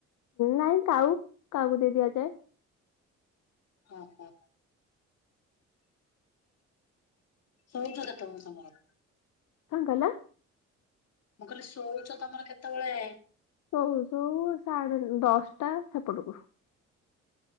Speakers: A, on the left; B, on the left.
A: ନାଇଁ କାଉ କାଉ କୁ ଦେଇ ଦିଆଯାଏ।
B: ଅ ହ। ସୋଇଚ ତ ତମେ ତମର।
A: କଣ କହିଲ?
B: ମୁଁ କହିଲି ଶୋଉଛଚ ତମର କେତବେଳେ?
A: ଶୋଉ ଶୋଉ ସାଢେ ଦଶଟା ସେପଟକୁ।